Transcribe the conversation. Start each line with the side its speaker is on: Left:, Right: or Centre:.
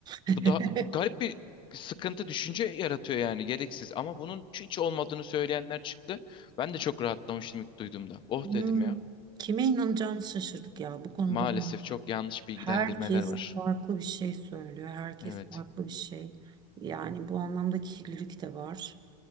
Right: <laughs>
Left: Bu da garip bir sıkıntı düşünce yaratıyor yani gereksiz. Ama bunun hiç olmadığını söyleyenler çıktı. Ben de çok rahatlamıştım ilk duyduğumda. Oh
Right: Hmm,
Left: dedim ya.
Right: Kime inanacağımızı şaşırdık ya bu konuda.
Left: Maalesef çok yanlış bilgilendirmeler
Right: Herkes
Left: var.
Right: farklı bir şey söylüyor. Herkes
Left: Evet.
Right: farklı bir şey. Yani bu anlamda kirlilik de var.